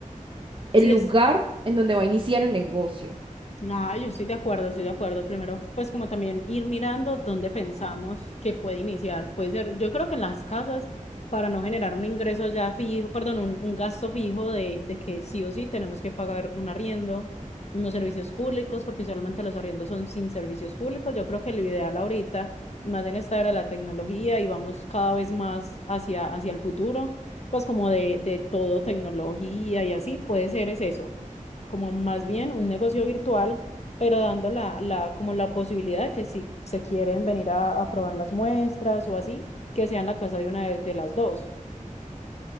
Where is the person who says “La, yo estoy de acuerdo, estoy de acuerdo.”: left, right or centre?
Left